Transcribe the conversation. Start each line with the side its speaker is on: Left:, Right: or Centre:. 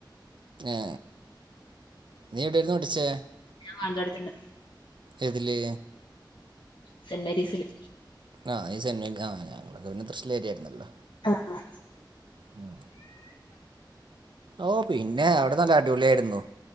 Right: ഏ നീ എവിടായിരുന്നു പടിച്ചേ
Left: ആ എന്റെ അടുത്തിണ്ട്
Right: ഇതിലി
Left: സെന്റ് മേരീസില്
Right: ആ ഈ സെന്മ ആ ഞങ്ങളൊക്കെ പിന്നെ തശ്ശൂരിലായായിരുന്നല്ലോ
Left: ആഹ
Right: ഉം ഓ പിന്നെ അവിടെ നല്ല അടിപൊളിയായിരുന്നു